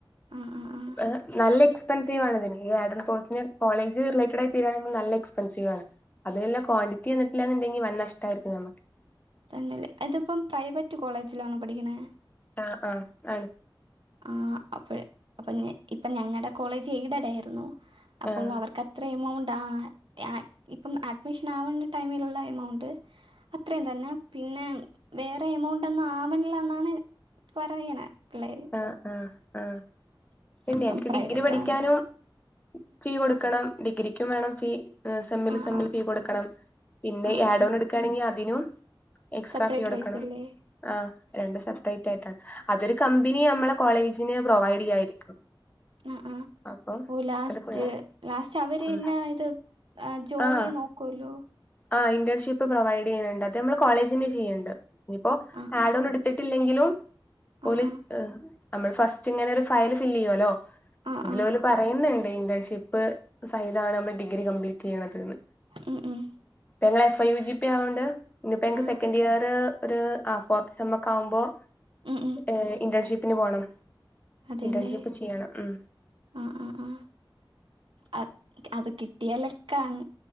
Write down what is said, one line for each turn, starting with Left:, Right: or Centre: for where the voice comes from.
Right: ആ ആ ആ
Left: എഹ് നല്ല എക്സ് പെൻസീവാണ് ഇതിന് ഈ ആഡോൺ കോഴ്സ്ന് കോളേജ് റിലേറ്റഡായി തീരാണെങ്കിൽ നമ്മള് നല്ല എസ്പെൻസീവണ്. അതിന്ല്ല ക്വാണ്ടിറ്റി വന്ന്റ്റില്ലാന്ന്ണ്ടെങ്കി വൻ നഷ്ടമായിരിക്കും ഞമ്മക്ക്.
Right: തന്നെ അല്ലെ അത്‌പ്പം പ്രൈവറ്റ് കോളേജിലാണോ പഠിക്ക്ണേ
Left: ആഹ് ആഹ് ആണ്.
Right: ആഹ് അപ്പഴ് അപ്പഞ് ഇപ്പ ഞങ്ങടെ കോളേജ് എയ്ഡഡായിരുന്നു അപ്പോൾ
Left: ആഹ്
Right: അവർക്ക് അ ത്ര എമൗണ്ട് ആ അഹ് ഇപ്പം അഡ്മിഷൻ ആവുന്ന ടൈമിലുള്ള എമൗണ്ട്. അത്രയും തന്നെ പിന്നെ വേറെ എമൗണ്ടൊന്നും ആവണില്ല എന്നാണ്. പറയ്ണെ പിള്ളേര്.
Left: ആഹ് ആഹ് ആഹ് പിന്നെ
Right: അപ്പം
Left: എനിക്ക്
Right: പ്രൈവറ്റ്
Left: ഡിഗ്രി പഠിക്കാനും
Right: ആവുമ്പോൾ
Left: ഫീ കൊടുക്കണം. ഡിഗ്രിക്കും വേണം ഫീ സെമ്മില്
Right: ആ
Left: സെമ്മില്
Right: ആ
Left: ഫീ കൊടുക്കണം. പിന്നെ
Right: ആ
Left: ഈ
Right: ആ
Left: ആഡോൺ എടുക്കാണെങ്കി അതിനും എക്സ്ട്രാ
Right: സെപ്പറേറ്റ്
Left: ഫീ അടക്കണം.
Right: പൈസ അല്ലേ
Left: ആഹ് രണ്ടും സെപ്പറേറ്റ് ആയിട്ടാണ് അതൊരു കമ്പനി നമ്മളെ കോളേജിന് പ്രൊവൈഡ് ചെയ്യായിരിക്കും.
Right: ആഹ് ആഹ്
Left: അപ്പൊ
Right: ഓഹ് ലാസ്റ്റ്
Left: അത് ഫുൾ
Right: ലാസ്റ്റ് അവര്
Left: ഉം
Right: തന്നെ ഇത് ജോലി
Left: ആഹ്
Right: നോ ക്കുവല്ലോ?
Left: ആഹ് ഇന്റേൺഷിപ്പ് പ്രൊവൈഡ് ചെയ്യുന്നുണ്ട് അത് നമ്മള് കോളേജ് തന്നെ ചെയ്യ്ണ്ട് ഇനിയിപ്പോ
Right: ആ
Left: ആഡോൺ
Right: ആ
Left: എടുത്തിട്ട് ഇല്ലെങ്കിലും
Right: ആ
Left: ഓല്
Right: ആ
Left: നമ്മള് ഫസ്റ്റ് ഇങ്ങനെ ഒരു ഫയൽ ഫില്ല് ചെയ്യുവല്ലോ
Right: ആ
Left: ഇതില്
Right: ആ
Left: ഓല് പറയുന്നുണ്ട് ഇന്റേൺഷിപ്പ് സഹിതാണ് നമ്മൾ ഡിഗ്രി കംപ്ലീറ്റ് ചെയ്യണത് ന്ന്
Right: ഉം ഉം
Left: ഇപ്പ ഞങ്ങള് F. I. U. G. P ആയോണ്ട് ഇഞ്പ്പൊ ഞ്ഞങ്ങക്ക്
Right: ആ
Left: സെക്കൻഡിയറ് ഒരു ആ ഫോർത്ത് സെമ്മൊക്കെ ആവുമ്പോ
Right: ഉം ഉം
Left: ഏഹ് ഇന്റേൺഷിപ്പിന് പോണം.
Right: അതേല്ലേ?
Left: ഇന്റേൺഷിപ്പ് ചെയ്യണം ഉം
Right: ആഹ് ആഹ് ആഹ് അത് കിട്ടിയാ ലക്കാണ്.